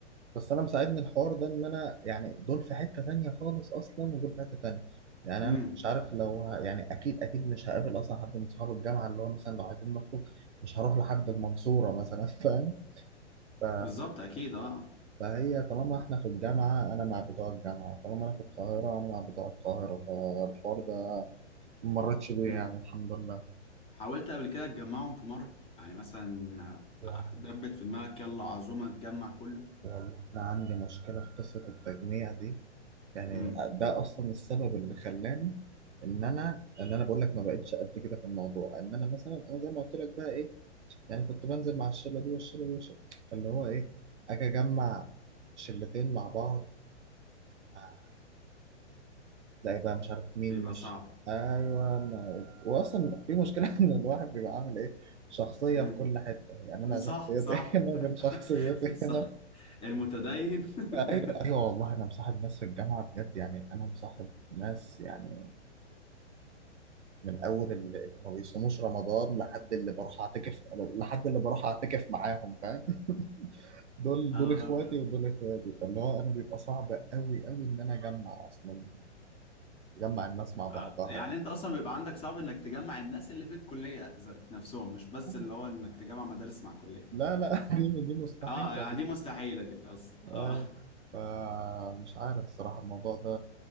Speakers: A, on the right; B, on the left.
A: بس انا مساعدني الحوار ده ان انا يعني دول في حتة تانية خالص اصلا ودول في حتة تانية يعني
B: امم
A: انا مش عارف لو ه... يعني اكيد اكيد مش هقابل اصلا حد من صحاب الجامعة اللي هو مثلا لو عايزين نخرج مش هروح لحد المنصورة مثلا <laughs> فاهم ف...
B: بالظبط أكيد اه
A: فهي طالما احنا في الجامعة انا مع بتوع الجامعة طالما انا في القاهرة انا مع بتوع القاهرة فالحوار ده ما مرتش بيه
B: مم.
A: يعني الحمد لله
B: حاولت قبل كده تجمعهم في مرة يعني مثلا
A: يعني
B: آه، دبت في دماغك يلا عزومة تجمع كله
A: والله انا عندي مشكلة في قصة التجميع دي يعني
B: امم
A: ده اصلا السبب اللي خلاني ان انا ان انا بقول لك ما بقتش قد كده في الموضوع ان انا مثلا انا زي ما قلت لك بقى ايه يعني كنت بنزل مع الشله دي والشله دي والشله فاللي هو ايه اجي اجمع شلتين مع بعض مع تلاقي بقى مش عارف مين
B: بيبقى
A: مش
B: صعب
A: ايوه ما... واصلا في مشكله <laughs> ان الواحد بيبقى عامل ايه شخصيه
B: امم
A: في كل حته يعني انا شخصيتي
B: صح صح
A: <laughs> هنا غير
B: <laughs>
A: شخصيتي
B: صح
A: هنا
B: المتدين
A: ايوه
B: <laughs>
A: ايوه والله انا مصاحب ناس في الجامعه بجد يعني انا مصاحب ناس يعني من اول اللي اللي ما بيصوموش رمضان لحد اللي بروح اعتكف لحد اللي بروح اعتكف معاهم فاهم دول
B: انا
A: دول اخواتي
B: ابيض
A: ودول اخواتي فاللي هو انا بيبقى صعب قوي قوي ان انا اجمع اصلا اجمع الناس مع بعضها
B: آه، يعني
A: يعني
B: انت اصلا بيبقى عندك صعب انك تجمع الناس اللي في الكلية ذات نفسهم مش بس
A: آه.
B: اللي هو انك تجمع مدارس مع كلية
A: لا لا <laughs> دي دي مستحيلة
B: اه يعني
A: دي
B: دي مستحيلة دي اصلا
A: أيوة.
B: اه
A: فمش عارف الصراحة الموضوع ده